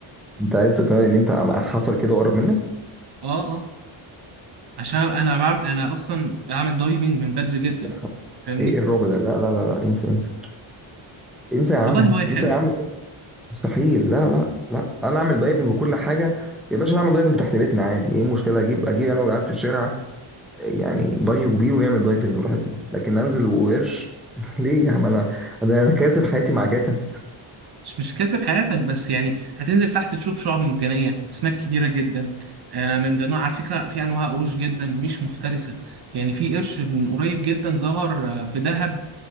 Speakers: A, in the centre; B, on the right.
A: انت عايز تقنعني ان انت عم- حصل كده وقرب منك
B: اه اه عشان انا بعمل انا اصلا بعمل دايفنج من بدري جدا
A: لا
B: فاهمني
A: ايه إيه الرعب ده لا لا لا لا انسى انسى انسى يا عم
B: والله هواية حلوة
A: انسى يا عم مستحيل لا لا لا انا اعمل دايفنج وكل حاجه يا باشا نعمل دايفنج تحت بيتنا عادي ايه المشكله اجيب اجيب انا والعيال في الشارع يعني بانيو كبير ونعمل دايفنج براحتنا لكن انزل وقرش <laughs> ليه يا عم انا انا كاسب حياتي مع جاتا
B: مش مش كاسب حياتك بس يعني هتنزل تحت تشوف شعاب مرجانية أسماك كبيرة جدا آه، من ضمنها على فكرة في أنواع قروش جدا مش مفترسة يعني في قرش من قريب جدا ظهر آه، في دهب